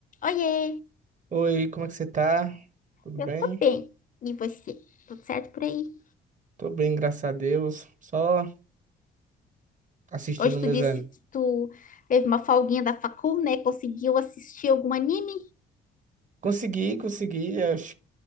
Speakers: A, on the left; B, on the right.
A: Oiê,
B: Oi, como é que você tá? Tudo
A: eu
B: bem?
A: tô bem. E você? Tudo certo por aí?
B: Tô bem, graças a Deus. Só assistindo
A: Hoje tu
B: meus
A: disse
B: animes.
A: que tu teve uma folguinha da facul, né? Conseguiu assistir algum anime?
B: Consegui, consegui. Eu acho-